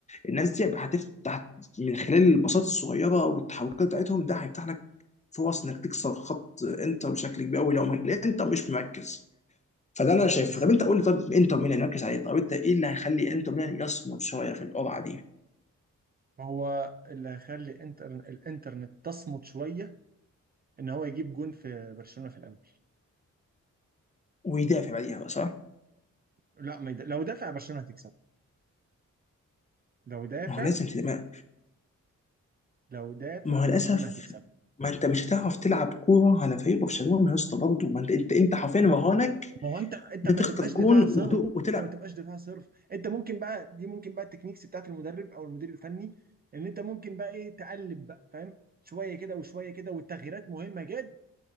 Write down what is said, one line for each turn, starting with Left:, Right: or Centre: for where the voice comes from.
Left: الناس دي هتفتح من خلال البساطه الصغيره والتحركات بتاعتهم ده هيفتح لك فرص انك تكسر خط انتر بشكل كبير قوي لو ما- الانتر مش مركز فده اللي انا شايفه
Right: بالظبط
Left: طب انت قول لي طب انتر ميلان يركز عليه طب انت ايه اللي هيخلي انتر ميلان يصمد شويه في القرعه دي
Right: هو اللي هيخلي انتر... الانترنت تصمت شويه ان هو يجيب جون في برشلونه في الاول
Left: ويدافع بعديها بقى صح؟
Right: لا ما يد... لو دافع برشلونه هتكسب لو دافع
Left: ما هو لازم تدافع
Right: لو دافع
Left: ما هو
Right: برشلونه
Left: للاسف
Right: هتكسب
Left: ما انت مش هتعرف تلعب كوره على فريق برشلونه يا اسطى برضه ما انت انت انت حرفيا رهانك
Right: ما هو انت انت
Left: بتخطف
Right: ما تبقاش دفاع
Left: جون وت-
Right: صرف
Left: وتلعب
Right: انت ما تبقاش دفاع صرف انت ممكن بقى دي ممكن بقى التكنيكس بتاعت المدرب او المدير الفني ان انت ممكن بقى ايه تقلب بقى فاهم شويه كده وشويه كده والتغييرات مهمه جدا